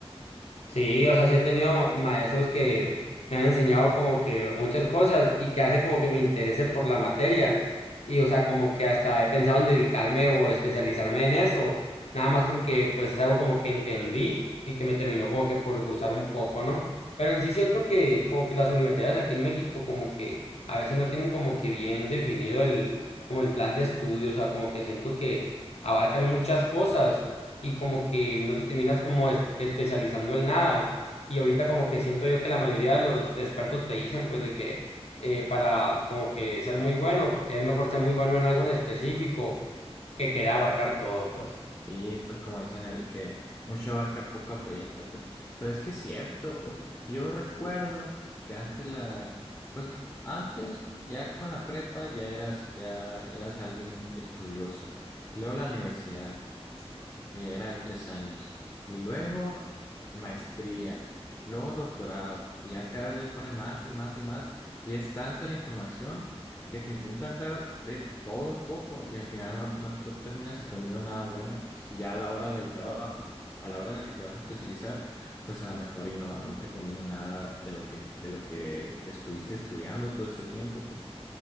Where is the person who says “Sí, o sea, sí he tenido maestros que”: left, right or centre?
Left